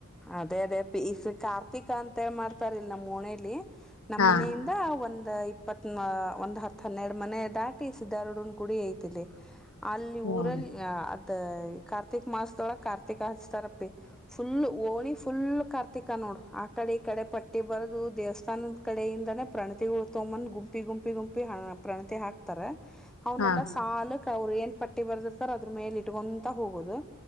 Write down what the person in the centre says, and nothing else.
ಅದೇ ಅದೇ ಅಪ್ಪಿ ಈ ಕಾರ್ತಿಕ ಅಂತ ಮಾಡ್ತಾರ್ ಇಲ್ ನಮ್ಮ್ ಒನೇಲಿ ನಮ್ಮ್
ಮನಿಂದ ಹಾ ಒಂದ್ ಇಪ್ಪತ್ ಒಂದ್ ಹತ್ ಹನ್ನೆರಡು ಮನೆ ದಾಟಿ ಸಿದ್ದಾರೋಡ ನ ಗುಡಿ ಐತಿಲ್ಲಿ ಅಲ್ಲಿ
ಊರಲ್ಲಿ ಅದ ಕಾರ್ತಕ್ ಮಾಸದೊಳಗೆ ಕಾರ್ತಿಕ ಹಚ್ಚತಾರಪ್ಪಿ. ಫುಲ್ ಓಣಿ ಫುಲ್ ಕಾರ್ತಿಕ ನೋಡು ಆ ಕಡೆ ಈ ಕಡೆ ಪಟ್ಟಿ ಬರದು ದೇವಸ್ಥಾನದ ಆಕಡೆಯಿಂದಾನೇ ಪ್ರಣತಿಗಳು ತೊಂಬಂದ ಗುಂಪಿ ಗುಂಪಿ ಗುಂಪಿ ಹಣ ಪ್ರಣತಿ ಹಾಕ್ತಾರ. ಅವನ್ನೆಲ್ಲ
ಸಾಲಕ್ ಅವರು ಏನ್ ಪಟ್ಟಿ ಬರೆದಿರ್ತಾರೆ ಅದ್ರ ಮೇಲೆ ಇಟ್ಕೊಂತ ಹೋಗೋದು